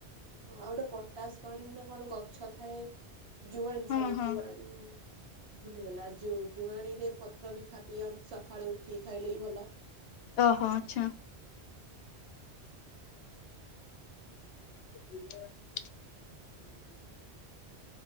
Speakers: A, on the right (about 70°); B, on the left (about 70°).
A: ଆଉ ଗୋଟେ ପଟାସ ପାଣି ନା କଣ ଗଛ ଥାଏ ଜୁଆଣ
B: ହଁ
A: ସରି
B: ହଁ
A: ଜୁଆଣି। ଭୁଲିଗଲା ଜୁଆଣୀ ରେ ପତ୍ର ବି ଖାପି ସକାଳୁ ଉଠିକି ଖାଇଲେ ବିି ଭଲ।
B: ଓହୋ ଆଚ୍ଛା <inaudible>